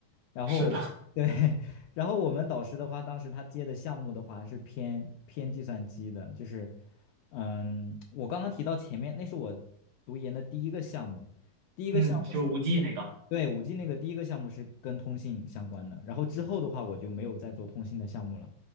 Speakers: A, on the left (about 75°); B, on the right (about 60°).
A: 然后对，
B: 是的，
A: <laughs> 然后我们导师的话，当时他接的项目的话是偏偏计算机的，就是。嗯，我刚刚提到前面，那是我读研的第一个项目，第一个项目是，
B: 嗯，就是五 G 那个
A: 对，五 G 那个第一个项目是跟通信相关的，然后之后的话我就没有再做通信的项目了，